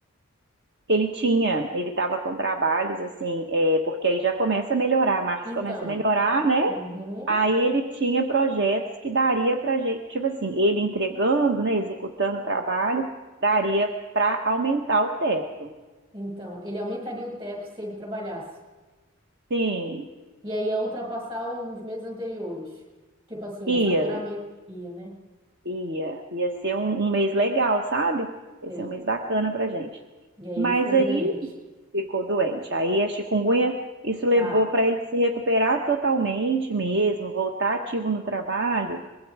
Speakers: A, on the right; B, on the right.
A: Ele tinha, ele estava com trabalhos assim, é, porque aí já começa a melhorar, março
B: Então,
A: começa a melhorar, né?
B: uhum,
A: Aí ele tinha projetos que daria para gente, tipo assim, ele entregando, né, executando o trabalho, daria para aumentar o teto.
B: então, ele aumentaria o teto se ele trabalhasse.
A: Sim,
B: E aí ia ultrapassar os meses anteriores. Tipo assim,
A: ia,
B: o faturamento ia, né?
A: ia, ia ser um, um mês legal, sabe? Ia
B: Sei.
A: ser um mês bacana para gente.
B: E aí
A: Mas
B: ele ficou
A: aí
B: doente.
A: ficou doente. Aí a chikungunya, isso levou
B: Tá,
A: para ele se recuperar totalmente mesmo, voltar ativo no trabalho.